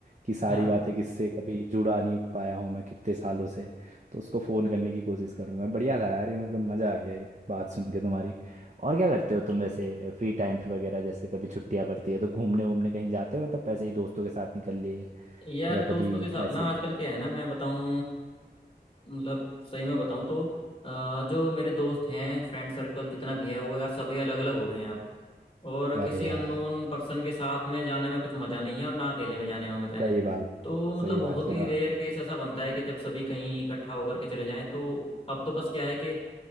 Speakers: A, on the right; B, on the left.
A: कि सारी
B: हाँ
A: बातें किससे कभी जुड़ा नहीं पाया हूँ मैं कितने सालों से तो उसको फ़ोन करने की कोशिश करूँगा बढ़िया था यार ये मतलब मज़ा आ गया ये बात सुन के तुम्हारी और क्या करते हो तुम वैसे फ्री टाइम पे वगैरह जैसे कभी छुट्टियाँ पड़ती है तो घूमने वूमने कहीं जाते हो मतलब पैसे ही दोस्तों के साथ निकल लिए
B: यार
A: या
B: दोस्तों
A: कभी
B: के साथ
A: ऐसे
B: ना आजकल क्या है ना मैं बताऊं मतलब सही में बताऊं तो अ, जो मेरे दोस्त हैं फ्रेंड सर्कल जितना भी है वो यार सभी अलग अलग हो गए हैं अब और किसी
A: अरे यार
B: अननोन पर्सन के साथ में जाने में कुछ मज़ा नहीं है और ना अकेले में जाने में मज़ा है
A: सही बात
B: तो मतलब
A: सही
B: बहुत
A: बात कह
B: ही
A: रहा
B: रेयर केस ऐसा बनता है कि जब सभी कहीं इकट्ठा होकर के चले जाएं तो अब तो बस क्या है कि